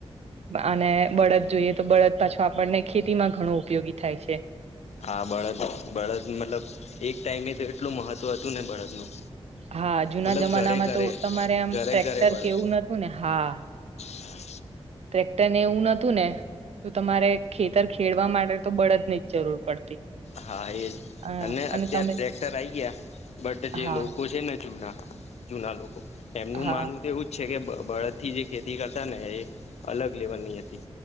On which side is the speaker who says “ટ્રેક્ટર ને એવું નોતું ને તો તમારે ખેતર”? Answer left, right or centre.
Right